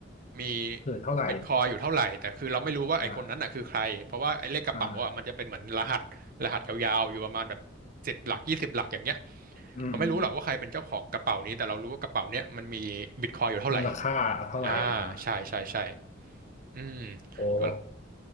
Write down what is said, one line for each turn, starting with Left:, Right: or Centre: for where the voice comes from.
Right: มี
Left: เกิดเท่าไหร่
Right: บิตคอยอยู่เท่าไหร่แต่คือเราไม่รู้ว่าไอคนนั้นน่ะคือใครเพราะว่าไอเลขกระเป๋าอ่ะมันจะเป็นเหมือนรหัสรหัสยาวๆอยู่ประมาณแบบสิบหลักยี่สิบหลักอย่างเงี้ย
Left: อ่าอ่าอืมอืมอืม
Right: เราไม่รู้หรอกว่าใครเป็นเจ้าของกระเป๋านี้แต่เรารู้ว่ากระเป๋าเนี้ยมันมีบิตคอยอยู่เท่าไหร่
Left: มูลค่าเท่าไหร่อ่า
Right: อ่าใช่ใช่ใช่อืม
Left: โอ้
Right: ก็